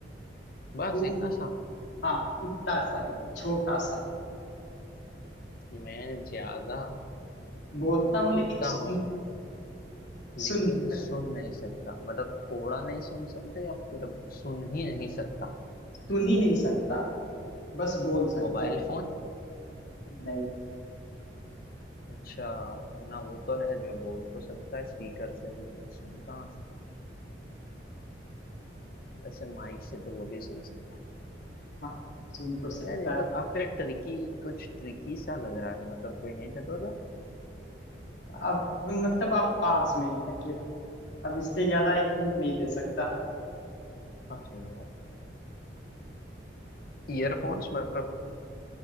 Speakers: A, on the left (about 50°); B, on the left (about 75°).
A: बस
B: वो
A: इतना सा
B: हाँ इतना सा ही है, छोटा सा
A: मैं ज्यादा
B: बोलता
A: बोलता
B: हूँ लेकिन सुन
A: हूँ लेकिन
B: सुन नहीं सकता
A: सुन नहीं सकता मतलब थोड़ा नहीं सुन सकते या पूरा सुन ही नहीं सकता
B: सुन ही नहीं सकता बस बोल सकता
A: Mobile
B: हूँ
A: phone
B: नहीं
A: अच्छा वरना वो तो है जो बोल तो सकता है स्पीकर से लेकिन सुन कहाँ सकता वैसे माइक से तो वो भी सुन सकता
B: हाँ सुन तो सकता
A: यार ये
B: है
A: तो काफी ट्रिकी कुछ ट्रिकी सा लग रहा है मतलब कोई हिंट दो तो
B: अब मतलब आप पास में ही है फिर अब इससे ज्यादा एक हिंट नहीं दे सकता
A: अरे यार ईयरफोन्स मतलब